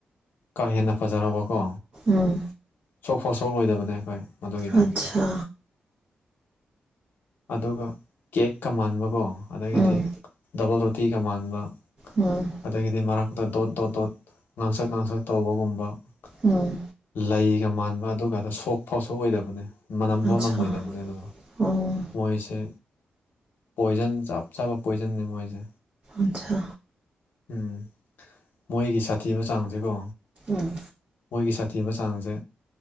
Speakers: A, on the left (about 80°); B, on the right (about 50°).
A: ꯀꯥ ꯍꯦꯟꯅ ꯐꯖꯔꯕꯀꯣ
B: ꯎꯝ
A: ꯁꯣꯛꯐꯥꯎ ꯁꯣꯛꯂꯣꯏꯗꯕꯅꯦ ꯑꯩꯈꯣꯏ ꯃꯗꯨꯒꯤꯗꯣ
B: ꯑꯠꯁꯥ
A: ꯑꯗꯨꯒ ꯀꯦꯛꯀ ꯃꯥꯟꯕꯀꯣ ꯑꯗꯒꯤꯗꯤ
B: ꯎꯝ
A: ꯗꯕꯜ ꯇꯤꯒ ꯃꯥꯟꯕ
B: ꯎꯝ
A: ꯑꯗꯒꯤꯗꯤ ꯃꯔꯛꯇ ꯗꯣꯠ ꯗꯣꯠ ꯗꯣꯠ ꯉꯥꯡꯁꯛ ꯉꯥꯡꯁꯛ ꯇꯧꯕꯒꯨꯝꯕ
B: ꯎꯝ
A: <inaudible> ꯂꯩꯒ ꯃꯥꯟꯕ ꯑꯗꯨꯒꯗ ꯁꯣꯛꯐꯥꯎ ꯁꯣꯛꯑꯣꯏꯗꯕꯅꯤ ꯃꯅꯝꯐꯥꯎ
B: ꯑꯠꯁꯥ
A: ꯅꯝꯃꯣꯏꯗꯕꯅꯦ ꯑꯗꯨꯗꯣ
B: ꯑꯣ
A: ꯃꯣꯏꯁꯦ ꯄꯣꯏꯖ ꯆꯞ ꯆꯥꯄ ꯄꯣꯏꯖꯅꯤ ꯃꯣꯏꯁꯦ
B: ꯑꯠꯁꯥ
A: ꯎꯝ ꯃꯣꯏꯒꯤ ꯁꯥꯊꯤꯕ ꯆꯥꯡꯁꯤꯀꯣ
B: ꯎꯝ
A: ꯃꯣꯏꯒꯤ ꯁꯥ ꯊꯤꯕ ꯆꯥꯡꯁꯦ